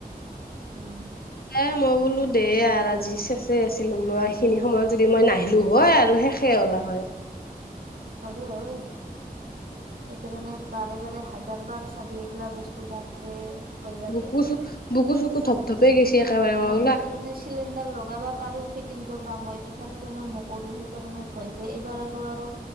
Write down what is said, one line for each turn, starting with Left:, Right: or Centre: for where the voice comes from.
Right: উম
Left: এ' মই বোলো দে আৰ আজি চেচে আছিল বোলো এইখিনি সময়ত যদি মই নাহিলো হয় আৰু শেষে হলা হয়।
Right: হলে ঐ। সেইকাৰণে বাৰে -বাৰে হাজাৰ বাৰ চাবি এগলা বস্তু বাপৰে। ভয় লাগে
Left: বুকু চু বুকু চুকু ধপ ধপে গৈছে একেবাৰে
Right: মই
Left: বোলো
Right: সেইকাৰণে চিলিণ্ডাৰ লগাবা পাৰো ফিট ফিটিং কৰবা মই তথাপিতো মই নকৰো সেইকাৰণে ভয়তে এইবাৰ আৰু -আৰু